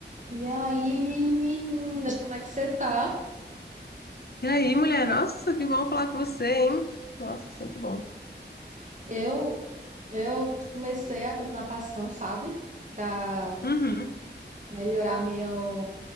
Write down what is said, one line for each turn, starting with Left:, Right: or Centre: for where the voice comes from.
Right: E aí, menina, como é que você tá?
Left: E aí, mulher? Nossa, que bom falar com você, hein? Nossa, sempre bom.
Right: Eu, eu comecei a fazer natação, sabe? Pra
Left: Uhum.
Right: melhorar meu,